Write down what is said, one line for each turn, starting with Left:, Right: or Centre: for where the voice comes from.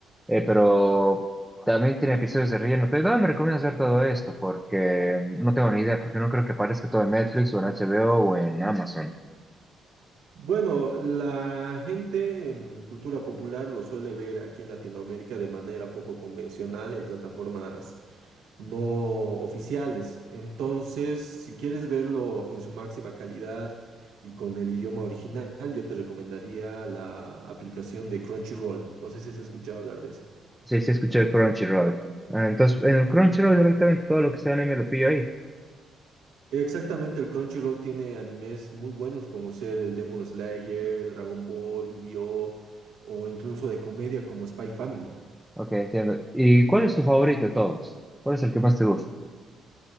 Centre: Eh, pero también tiene episodios de relleno. Pero ¿dónde me recomiendas ver todo esto? Porque mm, no tengo ni idea, porque no creo que aparezca todo en Netflix o en HBO o o en Amazon.
Right: Bueno, la gente en cultura popular lo suele ver aquí en Latinoamérica de manera poco convencional en plataformas no oficiales. Entonces, si quieres verlo en su máxima calidad y con el idioma original, yo te recomendaría la aplicación de Crunchyroll. No sé si has escuchado hablar de esa.
Centre: Sí, sí, escuché el Crunchyroll. Ah, entonces, en el Crunchyroll directamente todo lo que sea anime lo pillo ahí.
Right: Exactamente, el Crunchyroll tiene animes muy buenos como ser el Demon Slayer, Dragon Ball, Yu-Gi-Oh! o incluso de comedia como Spy Family.
Centre: Ok, entiendo. ¿Y cuál es tu favorito de todos? ¿Cuál es el que más te gusta?